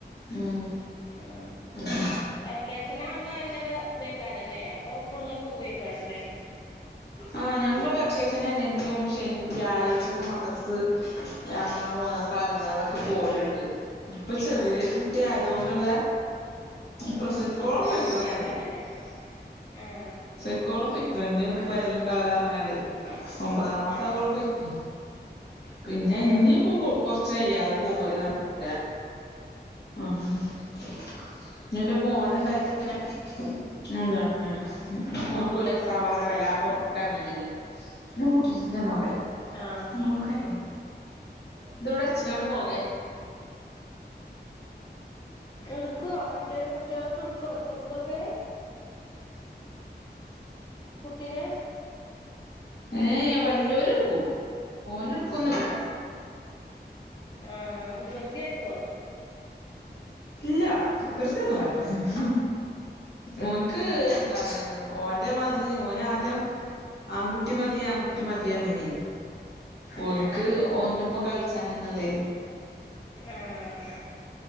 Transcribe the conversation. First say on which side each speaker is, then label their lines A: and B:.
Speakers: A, on the left; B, on the left.
A: ഉം
B: ആ
A: ഉ
B: വെക്കേഷൻ ആകുമ്പോ നല്ലട ഇത് കേക്കാറല്ലേ അപ്പൊ ഫുള്ള് പൂവേക്കാറല്ലേ
A: ആഹ് ഞങ്ങൾ വെക്കേഷൻ അല്ലെങ്കിലും ശനി വ്യാഴ്ചക്കെ മദർസ് രണ്ടാ മൂന്ന കലഞ്ഞാണ്ടൊക്കെ പോവലുണ്ട് ഇപ്പൊ ചെറിയ കുട്ടിയതുകൊണ്ടുള്ള പ്രെസയ്ക്കോളാം
B: റിസ്ക് എടുക്കാതിരിക്കേക്കാറല്ലേ
A: പൊയ്ക്കുന് ഞാന്
B: ആ
A: ക്കോളം പോയിക്കഴിഞ്ഞു വരലുണ്ടാവല പറങ്ങാണ്ട് ഒമ്പതാം മാസ
B: ആ
A: ആക്കോലം പോയിക്ക്ണ് പിന്നെ
B: ഏ
A: ഇനിയിപ്പോ പോക്ക് കൊരച് ച്ച് കയ്യാതെ പോകല് നടക്കൂല ആഹ ഹ് എന്റെ മോന ഉണ്ടായിട്ട് തന്നെ എന്താണ് <unintelligible>
B: നടക്കൂല
A: വെല്ലാതെ പൊർത്ത്ക്ക് എർങ്ങലില്ല <unintelligible> നോക്ക്
B: ആ ആ
A: ക്കെ ഇതോടെ അച്ചക്കാണ്ട് പോകെ
B: എടുക്കുവോ മറ്റൊരു കുട്ടികളൊക്കെ എടുക്കുവോ ചെറുതൊക്കെ കുട്ടിനെ
A: ഏഹ് വലിയൊരു ഇട്ക്കും ഓന് ഇട്ക്കാെന്നില്ല
B: ആഹ് ഉകൃർതി കാട്ടോ
A: ഇല്ല വൃകൃതി ഒന്നും കാട്ടുല ഓൻക്ക് എന്താണ് ഓൻ എന്റെ മാതിരി ഒന് ആദ്യം ആൺകുട്ടി മതി ആൺകുട്ടി മതി പറഞ്ഞിനി ഓനിക്ക്
B: ആ
A: ഓൻറ ഒപ്പം കളിച്ചൻന്നല്ലേ
B: ആഹ്